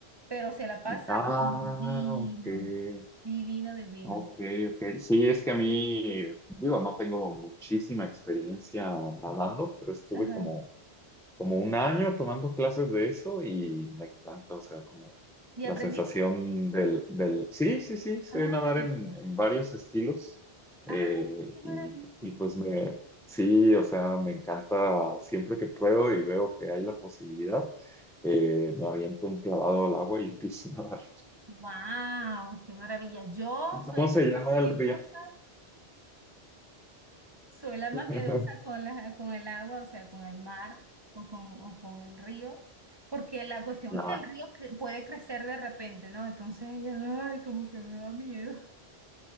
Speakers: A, on the right; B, in the centre.
A: pero se la pasa
B: Ah,
A: divino,
B: ok,
A: divino, divino.
B: ok, ok. Sí, es que a mí, digo, no tengo muchísima experiencia nadando, pero estuve
A: Ajá.
B: como como un año tomando clases de eso y me encanta, o sea, como
A: ¿Y
B: la
A: aprendiste?
B: sensación del, del... Sí, sí, sí, sé
A: Ah,
B: nadar
A: ok.
B: en, en varios estilos eh,
A: Ah, qué maravilla.
B: y, y pues me... Sí, o sea, me encanta siempre que pruebo y veo que hay la posibilidad, eh, me aviento un clavado al agua y <laughs> empiezo a nadar.
A: Wow, qué maravilla. Yo
B: <laughs>
A: soy
B: ¿Cómo se
A: la
B: llama
A: más miedosa,
B: el río?
A: soy la más
B: <laughs>
A: miedosa con la, con el agua, o sea, con el mar o con, o con el río, porque la cuestión
B: No.
A: es que el río cre- puede crecer de repente, ¿no? Entonces, ay, como que me da miedo.